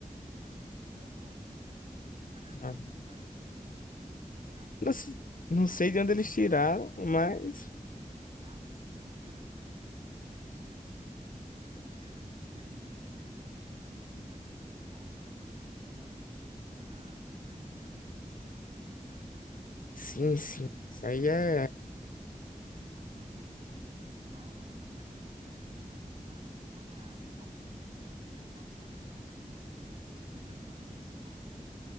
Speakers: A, on the right; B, on the left.
A: o cara não foi dar o golpe? Mano, de onde caras
B: Ah,
A: que inventaram essa história, mano? Por um táxi.
B: Não, se- não sei de onde eles tiraram, mas
A: Mano, <laughs> um táxi, mano. Meu Deus, mano. Um tá, eu, eu não entendo, mano. Quem acredita nisso? É igual a ideia da, da picanha, né? Todo mundo ia ter picanha em casa.
B: sim,
A: Mano,
B: sim. Isso
A: é,
B: aí é.
A: Eu não entendo. Porque ele fala abertamente que não tá fazendo nada. Ele fala ao vivo que não tá fazendo nada, que não tá entregando, que o governo não tá entregando nada.